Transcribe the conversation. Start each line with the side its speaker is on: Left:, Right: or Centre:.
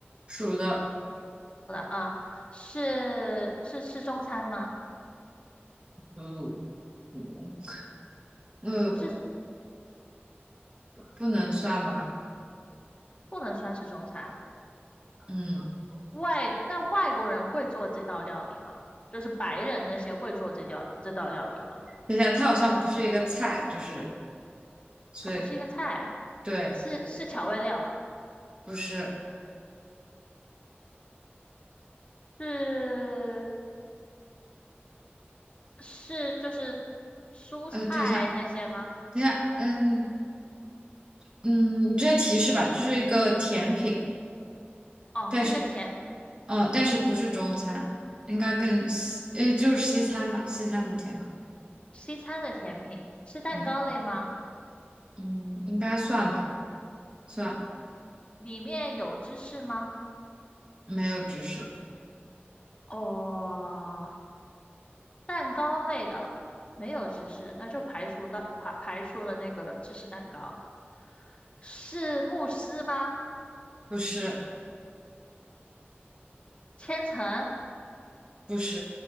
Right: 属的，
Left: 啊，是是吃中餐吗？
Right: 嗯嗯呃，
Left: 不是，
Right: 不能算吧？
Left: 不能算是中餐。
Right: 嗯，
Left: 外，那外国人会做这道料理吗？就是白人那些会做这道这道料理吗？
Right: 等一下，它好像不是一个菜，就是，所以
Left: 它不是一个菜，
Right: 对，
Left: 是是调味料，
Right: 不是。
Left: 是是就是蔬菜那些吗？
Right: 呃，等一下，等一下，嗯嗯，你接提示吧，这是一个甜品，
Left: 哦，
Right: 但是，
Left: 是一个甜，
Right: 哦，但是不是中餐，应该更西，呃，就是西餐吧，西餐的甜品。
Left: 西餐的甜品，是蛋糕类吗？
Right: 嗯嗯，应该算吧，算，
Left: 里面有芝士吗？
Right: 没有知识，
Left: 哦，蛋糕类的没有芝士，那就排除到排排除了那个芝士蛋糕，是慕斯吗？
Right: 不是。
Left: 千层，
Right: 不是，